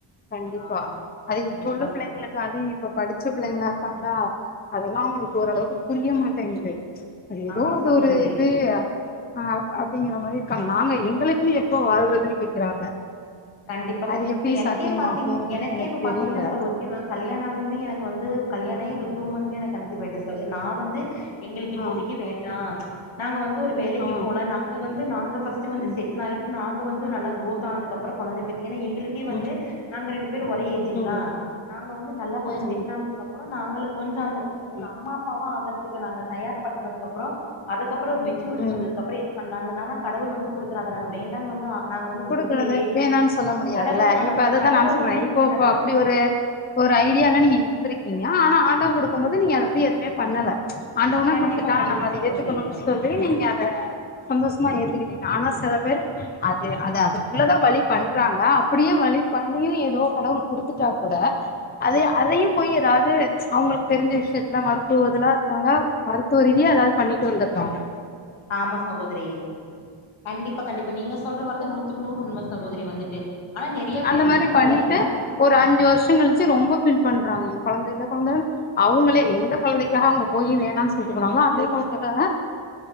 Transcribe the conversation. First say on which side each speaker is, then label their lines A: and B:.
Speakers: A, on the left; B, on the left.
A: கண்டிப்பா
B: ஆமா சார்
A: அது
B: கண்டிப்பா
A: இப்வுள்ள பிள்ளைங்களுக்
B: சார்
A: கதே இப்ப படிச்ச பிள்ளைங்களா இருக்காங்களா அதெல்லா அவங்களுக்கு ஓரளவுக்கு புரிய மாட்டேங்கிது அது ஏதோ
B: ஆமா
A: அது
B: சகோதரி
A: ஒரு இது அ அப்டிங்கிற மாரி இருக்காங்க நாங்க எங்களுக்குன்னு எப்ப வாழ்றதுன்னு கேக்குறாங்க
B: கண்டிப்பாக
A: அது எப்டி
B: இப்ப எனக்கே
A: சாத்தியமாகு
B: பாத்தீங்கனா
A: அப்டின்னு
B: எனக்கே
A: எனக்கு
B: இப்ப பாத்தீங்கன்னா
A: தெரியல
B: சகோத ரி நா கல்யாணோ ஆனதுமே எனக்கு வந்து கல்யாண ஆயே ஒரு டூ மந்த்லயே கன்சிவ் ஆயிட்டே சகோதரி நா வந்து எங்களுக்கு இப்பபோதிக்கு
A: ஆ
B: வேண்டா நாங்க வந்து ஒரு வேலைக்கு
A: ஆ
B: போன நாங்க வந்து நாங்க ஃபர்ஸ்ட்டு வந்து
A: ம்
B: செட்டில் ஆகிட்டு நாங்க வந்து நல்லா குரோத் ஆனதுக்கு அப் புறோ கொழந்த பெத்துக்க எங்குளுக்கே வந்து
A: ம்
B: நாங்க ரெண்டு பேர் ஒரே ஏஜ்ஜிங்ளா
A: ம்
B: நாங்க வந்து நல்லா கொஞ்ச
A: ம்
B: செட்டில் ஆனதுக்கு அப் புறோ நாங்களு கொஞ்ச அந்த ஒரு
A: ம்
B: அம்மா அப்பாவா ஆகறதுக்கு நாங்க தயார் செய் படுத்துனதுக்கு அப்புறோ அதுக்கு அப்பறோ ஒரு மெச்சூரிட்டி
A: ம்
B: வந்ததுக்கு அப்பறோ ஏது பண்லான்னுந்தாங்கோ ஆனா கடவுள் வந்து குடுத்தாரு அத நாங்க வேண்டான்னு வந்து ஆ நாங்க வந்து
A: குடுக்கறது
B: ஒதுக்கலையே
A: வேணானு சொல்ல முடியாதுல்ல
B: கடவுள் ஆ
A: இப்ப அததா
B: கடவுள்
A: நான் சொல்றே
B: வந்து
A: இப்போ
B: குடுக்கறது
A: இப்ப அப்படி ஒரு ஒரு ஐடியாலா நீங்க இருந்திருக்கீங்க ஆனா ஆண்டவன் குடுக்கும் போது நீங்க வந்து அத எதுவுமே பண்ணல ஆண்டவனா
B: கண்டிப்பா
A: குடுத்துட்டா
B: கண்டிப்பா
A: நம்ம அத
B: சகோதரி
A: ஏத்துக்கனுன் சொல்லி நீங்க அத சந்தோஸமா ஏத்துக்கிட்டிங்க ஆனா சில பேரு அ து அது அதுக்குள்ளதா வழி பண்றாங்க அப்பிடியே வழி பண்ணியு எதோ கடவுள் குடுத்துட்டா கூட அதே அதையும் போய் எதாவ்து அவுங்களுக் தெருஞ்ச விஷ்யத்துல மருத்துவ இதுல இருக்காங்க மரு த்துவ ரீதியா எதாது பண்ணிட்டு வந்துர்றாங்க
B: ஆமா சகோதரி கண்டிப்பா கண்டிப்பா நீங்க சொல்ற வரது நூ த்துக்கு நூறு உண்ம சகோதரி வந்துட்டு ஆனா நெறிய
A: அந்த
B: பேர்
A: மாரி
B: வந்து இந்த
A: பண்ணிட்டு
B: உலகத்துல வந்து அப்டி
A: ஒரு அஞ்சு வருஷங் கழிச்சு ரொம்ப ஃபீல் பண்றாங்க கொழந்தயில்ல கொழந்தயில்ல அவுங்களே எந்த கொழந்தைக்காக அவுங்க போயி வேணான் சொல்ட்டு போனாங்ளோ அதே கொழந்தக்காக